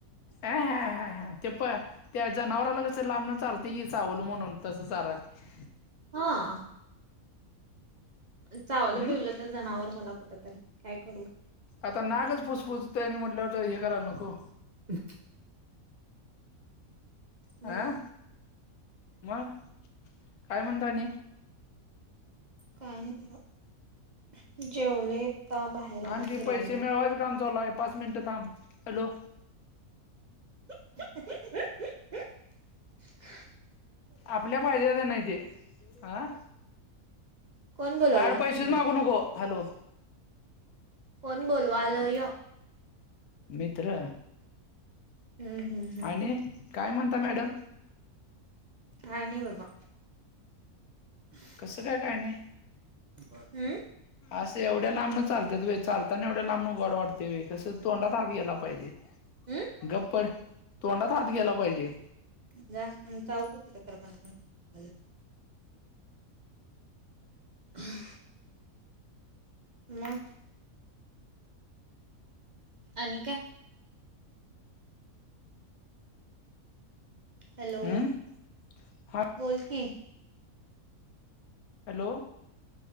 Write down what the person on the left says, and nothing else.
अ ह ह हा ते प त्या जनावराला कसं लांबणं चारतय की चावल म्हणून तसं चारालती
हम्म
आता नागच प पुसफोसतोय आणि म्हटल्यावर जरा हे करायला नको
हा मग काय म्हणता आणि
आमचे
पैसे मिळवायचं काम चालूय पाच मिनिटं थांब हॅलो
आपल्य फायद्याचं नाही ते हा
माझ्याकडे पैसेच
मागू नको हॅलो
मित्र
आणि काय म्हणता मॅडम
कस काय काय नाही
असं एवढ्या लांबन चालत्यात व्हय चालताना एवढ्या लांबन गॉड वाटतय व्हय कसं तोंडाला <inaudible> गेला पाहिजे
गप्प पड तोंडात हात गेला पाहिजे
हम्म हा
हॅलो